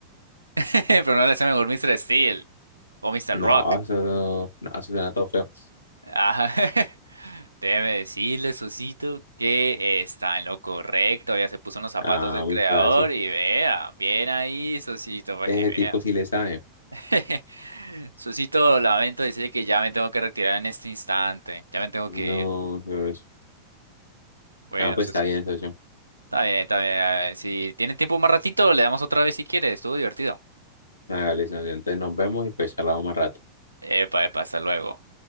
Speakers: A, on the right; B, on the left.
A: <laughs> Pero no le hace mejor Mister Steel o Mister
B: No,
A: Rock.
B: eso, no, eso suena todo feo.
A: Ah, <laughs> déjeme decirle, Sosito, que está en lo correcto. Ya se puso en los zapatos
B: Ah,
A: del
B: muy
A: creador
B: fácil.
A: y vea, bien ahí, Sosito, para
B: Ese
A: que
B: tipo
A: vea.
B: sí le sabe.
A: <laughs> Sosito, lamento decirle que ya me tengo que retirar en este instante. Ya me tengo
B: No,
A: que ir.
B: socio.
A: Bueno,
B: Ah, pues
A: Sosito.
B: está bien, socio.
A: Está bien, está bien. a ver, Si tiene tiempo más ratito, le damos otra vez si quiere. Estuvo divertido.
B: Hágale, socio. Entonces nos vemos y pues charlamos más rato.
A: Epa, epa, hasta luego.